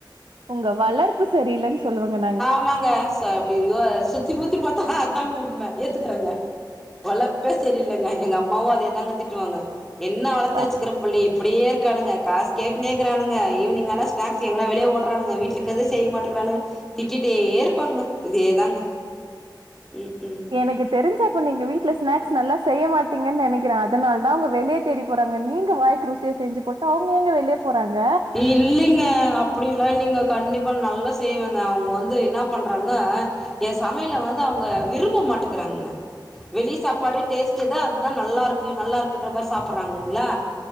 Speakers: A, on the right; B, in the centre.
A: உங்க வளர்ப்பு சரியில்லன்னு சொல்லுவங்க நா
B: ஆமாங்க ச அப்டி யோ அ சுத்தி முத்தி பாத்தா அதாங்க உண்ம ஏத்துக்கிறேங்க வளர்ப்பே செரியில்லைங்க எங்க அம்மாவு அதேதாங்க திட்டுவாங்க என்ன வளத்து
A: அப்ப
B: வச்சுக்கிற பிள்ளைய இப்டியே இருக்கானுங்க காசு கேட்டினேகிறானுங்க ஈவினிங்கான ஸ்நாக்ஸ் எங்கன்னா வெளிய ஓடுறானுங்க வீட்லக்கிதே செய்ய மாட்டுகிறானுங்க திட்டிட்டே இருப்பாங்க இதேதாங்க ம் ம்
A: எனக்கு தெரிஞ்சு அப்ப நீங்க வீட்ல ஸ்நாக்ஸ் நல்லா செய்ய மாட்டீங்கன்னு நெனைக்கிறே அதனால தா அவுங்க வெளிய தேடி போறாங்க நீங்க வாய் க்கு ருசியா செஞ்சு போட்ட அவுங்க ஏங்க வெளிய போறாங்க
B: இல்லீங்க அப்டிலா இல்லீங்க கண்டிப்பாக நா நல்லா செய்வேங்க அவுங்க வந்து என்ன பண்றாங்க எ சமையல வந்து அவுங்க விரும்ப மாட்டுங்குறாங்கங்க வெளி சாப்பாடு டேஸ்ட்டுதா அதுதா நல்லா இருக்கு நல்லா இருக்குன்ற மாரி சாப்பிடுறானுங்களா